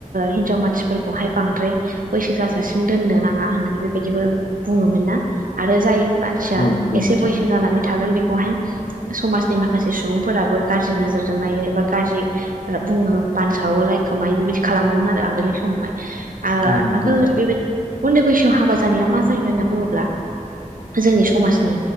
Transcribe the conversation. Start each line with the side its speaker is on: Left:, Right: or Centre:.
Right: हिनजाव मानसिफोरखौहाय बांद्राय बैसो जाजासिम दोननो नाङा होननानै बेबायदिबो बुङोमोन ना आरो जायो आरो आदसा
Left: नोंथां औ नंगौ
Right: एसे
Left: नोंथां
Right: बैसो जानानै थागोन बेखौहाय समाजनि माखासे सुबुंफोराबो गाज्रि नोजोरजों नायो एा गाज्रि बुङो बानसावो रायखोमायो बेबायदि खालामोमोन आरो आगोलनि समावहाय
Left: औ नंगौ
Right: आगोल
Left: नोंथां
Right: बेबायदि उन्दै बैसोआव हाबा जानाया मा जायो होनना बुङोब्ला जोंनि समाजनो